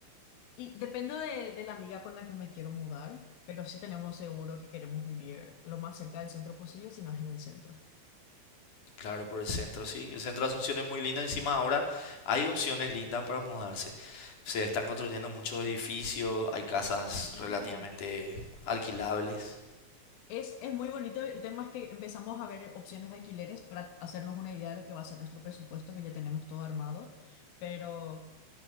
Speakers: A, on the left; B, on the left.
A: Y dependo de, de la amiga con la que me quiero mudar, pero sí tenemos seguro que queremos vivir lo más cerca del centro posible si no es en el centro.
B: Claro, por el centro, sí. El centro de Asunción es muy lindo. Encima ahora hay opciones lindas para mudarse. Se están construyendo muchos edificios, hay casas
A: Sí.
B: relativamente alquilables.
A: Es, es muy bonito. El tema es que empezamos a ver opciones de alquileres para hacernos una idea de lo que va a ser nuestro presupuesto, que ya tenemos todo armado. Pero